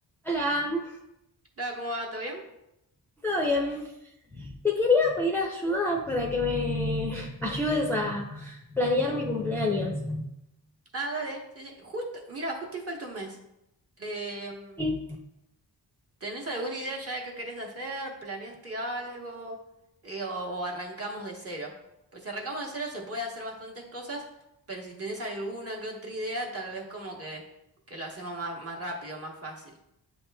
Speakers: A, in the centre; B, on the right.
A: Hola,
B: Hola, ¿cómo va? ¿Todo bien?
A: ¿todo bien? Te quería pedir ayuda para que me <laughs> ayudes a planear mi cumpleaños.
B: Ah, dale. Sí, sí. Justo, mira, justo y falta un mes. Em,
A: Sí.
B: ¿tenés alguna idea ya de qué querés hacer? ¿Planeaste algo? Eh, o, o arrancamos de cero? Pues si arrancamos de cero se puede hacer bastantes cosas, pero si tenés alguna que otra idea, tal vez como que, que lo hacemos más, más rápido, más fácil.